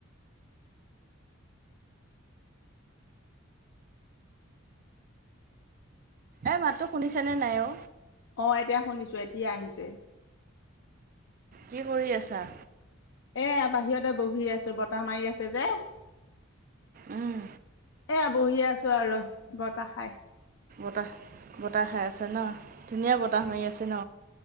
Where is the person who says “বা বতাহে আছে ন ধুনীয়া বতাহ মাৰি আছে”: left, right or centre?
Right